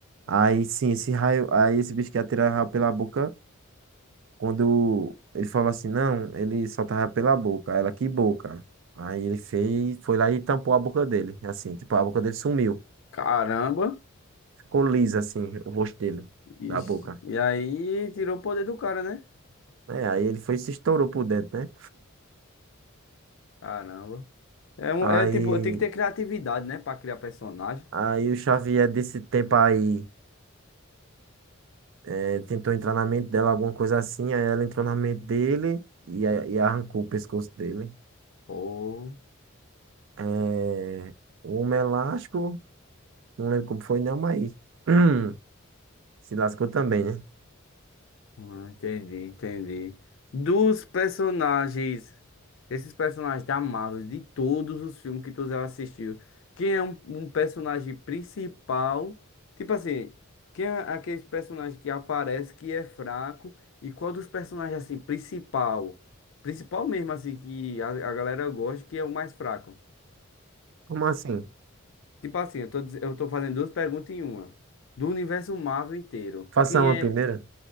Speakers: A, on the right; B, on the left.
A: Aí sim, esse raio, aí esse bicho que ia tirar raio pela boca. Quando ele falou assim, não, ele só tava pela boca. Aí Ela, que boca? Aí ele fez, foi lá e tampou a boca dele, assim, tipo, a boca dele sumiu.
B: Caramba.
A: Ficou lisa, assim, o rosto dele,
B: Ixi,
A: da boca.
B: E aí tirou o poder do cara, né?
A: É, aí ele foi e se estourou por dentro, né?
B: Caramba. É, um-
A: Aí,
B: é tipo, tem que ter criatividade, né? Pra criar personagem.
A: aí o Xavier desse tempo aí é, tentou entrar na mente
B: Hum.
A: dela, alguma coisa assim, aí ela entrou na mente dele e, a- e arrancou o pescoço dele.
B: Pô.
A: É, o homem elástico, não lembro como foi não, mas <clears throat> se lascou também, né?
B: Ah, entendi, entendi. Dos personagens, esses personagens da Marvel, de todos os filmes que tu já assistiu, quem é um, um personagem principal? Tipo assim, quem é aquele personagem que aparece que é fraco? E qual dos personagens assim principal? Principal mesmo assim que a, a galera gosta, que é o mais fraco?
A: Como assim?
B: Tipo assim, eu tô, diz- eu tô fazendo duas perguntas em uma. Do universo Marvel inteiro,
A: Faça
B: quem
A: uma
B: é
A: primeira?